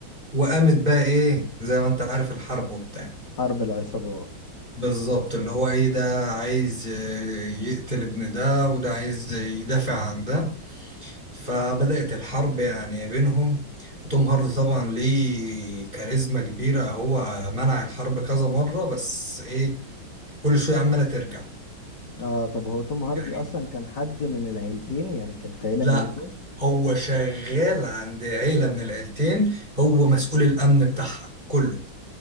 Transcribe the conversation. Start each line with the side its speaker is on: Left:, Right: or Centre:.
Right: وقامت بقى ايه زي ما انت عارف الحرب وبتاع
Left: حرب العصابات
Right: بالظبط اللي هو ايه ده عايز ي- يقتل ابن ده وده عايز يدافع عن ده فبدأت الحرب يعني بينهم وتوم هاردي طبعا ليه كاريزما كبيرة هو منع الحرب كذا مرة بس ايه كل شوية عمالة ترجع
Left: اه طب هو توم هاردي
Right: يعني
Left: اصلا كان حد من العيلتين يعني كان في عيلة
Right: لا
Left: من الاتنين
Right: هو شغال عند عيلة من العيلتين هو مسؤول الأمن بتاعها كله